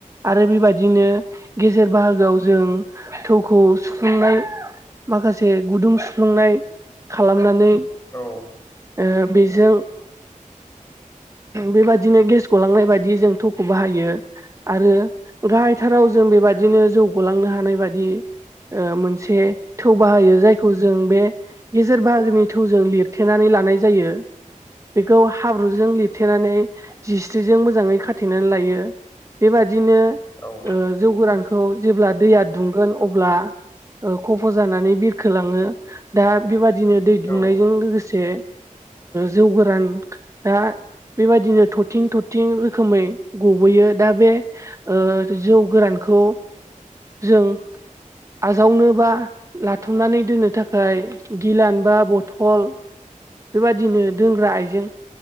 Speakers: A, on the right (about 25°); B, on the left (about 20°).
A: आरो बेबादिनो गेजेर बाहागोआव जों थौखौ सुफुंनाय माखासे गुदुं सुफ्लुंनाय खालामनानै
B: औ
A: ओ बेजों बेबायदिनो गेस गलांनाय बायदि जों थौखौ बाहायो। आरो गाहायथाराव जों बेबायदिनो जौगालांनो हानाय बादि मोनसे थौ बाहायो जायखौ <unintelligible> जजों बे गेजेर बाहागोनि थौजों लिरथेनानै लानाय जायो। बेखौ हाब्रुजों लिरथेनानै जिस्रिजों मोजाङै खाथेनानै लायो। बेबादिनो
B: औ।
A: ओ जौ गोरानखौ जेब्ला दैया दुंगोन अब्ला खफ' जानानै बिरखोलाङो। दा बेबादिनो दै दुंनायजों
B: औ
A: लोगोसे जौ गोराना बेबायदिनो थरथिं थरथिं रोखोमै गबोयो दा बे ओ जौ गोरानखौ जों आजावनोबा लाथुमनानै दोननो थाखाय गिलान बा बथल बेबादिनो दोंग्रा आइजें